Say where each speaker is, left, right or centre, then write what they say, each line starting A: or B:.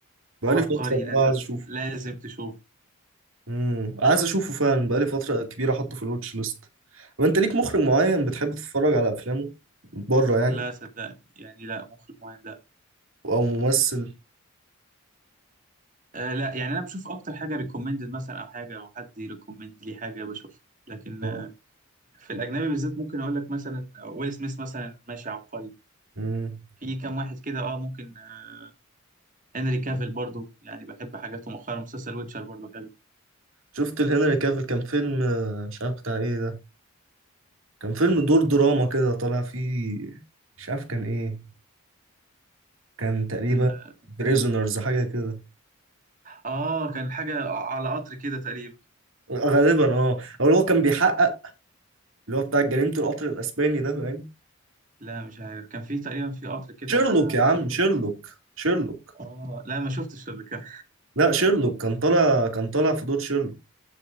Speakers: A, on the right (about 65°); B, on the right (about 35°).
A: بقالي
B: عبقري
A: فتره والله
B: لازم
A: عايز اشوفه
B: لازم تشوفه
A: امم عايز اشوفه فعلا بقالي فتره كبيره احطه في الواتش ليست وانت ليك مخرج معين بتحب تتفرج على افلامه بره يعني
B: لا صدقني يعني لا مخرج معين لا
A: او ممثل
B: آه لا يعني أنا بشوف أكتر حاجة ريكومندد مثلا أو حاجة أو حد يريكومند لي حاجة بشوفها لكن
A: اه
B: آه في الأجنبي بالذات ممكن أقول لك مثلا ويل سميث مثلا ماشي عبقري
A: امم
B: في كام واحد كده اه ممكن آه، هنري كافيل برضو يعني بحب حاجاته مؤخرا مسلسل ويتشر برضو حلو
A: شفت الهنري كافيل كان فيلم آه، مش عارف بتاع ايه ده كان فيلم دور دراما كده طالع فيه مش عارف كان ايه كان تقريبا
B: اه
A: بريزونرز حاجة كده
B: آه، كان حاجة على قطر كده تقريبا
A: غالبا اه او اللي هو كان بيحقق اللي هو بتاع جريمة القطر الاسباني ده فاهم
B: لا مش عارف كان في تقريبا في قطر كده
A: شيرلوك يا عم
B: زي
A: شيرلوك شيرلوك
B: اه لا ما شفتش اللي كان
A: لا شيرلوك كان طالع كان طالع في دور شيرلوك